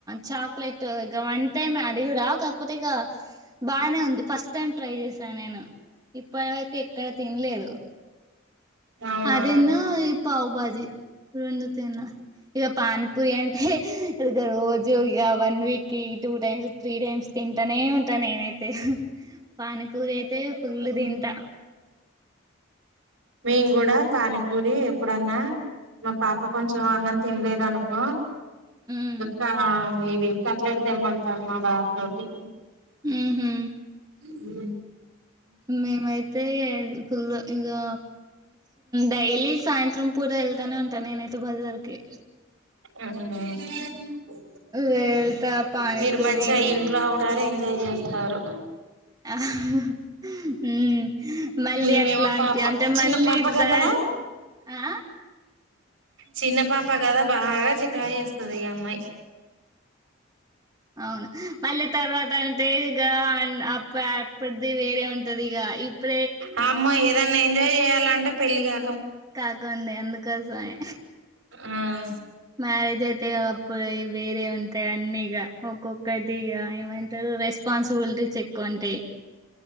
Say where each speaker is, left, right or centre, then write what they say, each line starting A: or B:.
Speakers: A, on the right; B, on the right.
A: చాక్లెట్ ఇక వన్ టైమే అది కూడా కాకపోతే ఇక బానే ఉంది ఫస్ట్ టైం ట్రై చేశాను నేను ఇప్పటి వరకు ఎక్కడ తినలేదు
B: అవునా
A: అదిన్ను ఈ పవ్భాజీ రెండు తిన్న ఇక పాన్ పూరి అంటే ఇక రోజు ఇక one week two times three times తింటానే ఉంటా నేనైతే పానీపూరి అయితే ఫుల్
B: హ్మ్.
A: తింటా
B: మేం కూడా పానీపూరి ఎప్పుడన్నా మా పాప కొంచెం అన్నం తినలేదు అనుకో
A: ఉమ్
B: కా ఇది కట్లెట్ తేమ్మంటాను మా వారి తోటి
A: ఉహు
B: ఉహు
A: మేమైతే ఫుల్ ఇంకా డైలీ సాయంత్రం పూట వెళ్తానే ఉంటాను నేనైతే బజార్కి
B: అవునా ఉ
A: వెళ్తా పానీపూరి
B: మీరు మంచిగా ఇంట్లో
A: మీ
B: ఉ ఉంటారు ఎంజాయ్ చేస్తారు
A: ఉమ్ మళ్ళీ
B: మేమేమో
A: అట్లాంటి
B: పాప
A: అంటే
B: చిన్న
A: మళ్ళీ
B: పాప కదా
A: దా ఆ
B: చిన్న పాప కదా బాగా చికాకు చేస్తుంది ఈ అమ్మాయి
A: ఎ అవును మళ్ళీ తర్వాత అంటే ఇ అ అప్పటిది వేరే ఉంటది ఇక ఇప్పు
B: అ అమ్మ ఏదన్నా ఎంజాయ్ చేయాలంటే పెళ్లి కా
A: కాకండి అందుకోసమే
B: ఆ
A: మ్యారేజ్ అయితే అప్పు వేరే ఉంటయి అన్నిగా ఒక్కొక్కది ఏమంటారు రెస్పాన్సిబిలిటీస్ ఎక్కువ ఉంటాయి